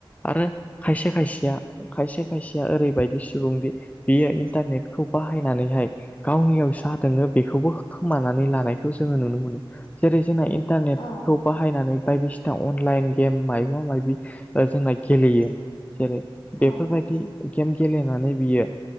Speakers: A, on the left (about 15°); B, on the left (about 50°).
A: आरो खायसे खायसेया खायसे खायसेया ओरैबायदि सुबुंदि बियो इन्टारनेटखौ बाहायनानैहाय गावनियाव जा दङो बेखौबो खानानै लानायखौ जोङो नुनो मोनो जेरै जोंना इन्टारनेटखौ
B: औ
A: बाहायनानै बायदिसिना दा अनलाइन गेम मायबा मायबि जोंना गेलेयो जेरै
B: औ
A: बेफोरबायदि
B: औ
A: गेम गेलेनानै बियो